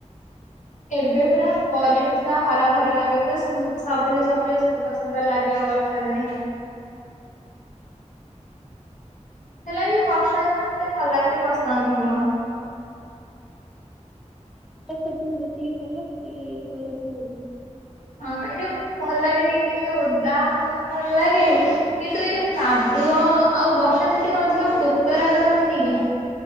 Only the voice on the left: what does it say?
ଏବେ ପୁରା ପରିବେଶ ଟା ହରା ଭରା ଲାଗିବ ପୁରା ସବୁଜ ସବୁଜ ସୁନ୍ଦର ସୁନ୍ଦର ଲାଗିବ। ବର୍ଷା ଦିନେ।
ହେଲେ ବି ବର୍ଷା ଦିନ ମତେ ଭଲ ଲାଗେନି ବର୍ଷା ଅନୁଭବ।
ହଁ ଏଇ ଯୋଉ ଭଲ ଲାଗେ ଟିକେ ଟିକେ ଓଦା ହବୁ ଭଲ ଲାଗେ କିନ୍ତୁ ଏଇ ଯୋଉ କାଦୁ ଦୁଅ ଆଉ ବର୍ଷା ଦିନେ ଟିକେ ଅଧିକ କୋତରା କରନ୍ତିନି କି?